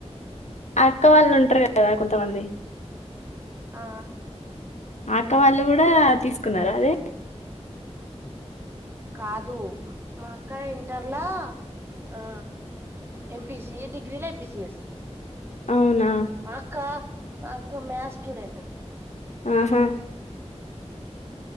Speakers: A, on the left; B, on the right.
A: అక్క వాళ్ళు ఉంటారు కదా కొంతమంది
B: ఆ
A: అక్క వాళ్ళు కూడా తీసుకున్నార అదే
B: కాదు మా అక్క ఇంటర్లా ఆ ఎం పి సి డిగ్రీలో ఎం పి సి ఎస్
A: అవునా
B: ఆ అక్క మా అక్క మ్యాస్ స్టూడెంట్
A: మ్మ్ హు